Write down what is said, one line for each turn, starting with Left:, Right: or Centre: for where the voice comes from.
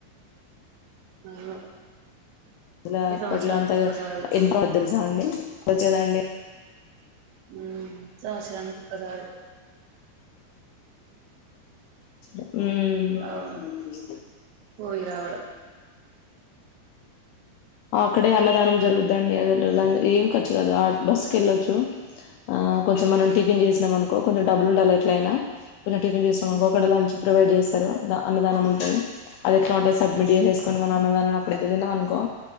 Right: అవును
Left: జుల
Right: ఈ
Left: అప్పట్ల
Right: సంవత్సరానికి
Left: అంత
Right: ఒక్కసారి
Left: <unintelligible> తెలుసా అండి <unintelligible> అండి
Right: హు సంవత్సరానికి ఒక్కసారి
Left: మ్మ్మ్మ్
Right: రావడం పోయి రావడం
Left: అక్కడే అన్నదానం జరుగుద్దండి అ ఏం ఖర్చు కాదు ఆ బస్సుకేళ్ళొచ్చు ఆ కొంచం
Right: ఉమ్
Left: మనం ఈ టిఫిన్ చేసినమనుకో కొంచెం డబ్బులుండాలి ఎట్లయినా కొంచెం టిఫిన్ చేసాం అనుకో
Right: ఉమ్
Left: అక్కడ లంచ్ ప్రొవైడ్ చేశారు దా అన్నదానం ఉంటది అదెట్లా ఉంటది సబ్మిట్
Right: ఉమ్
Left: చేేసోసుకోని మనన్నదాన అక్కడ దిగినమనుకో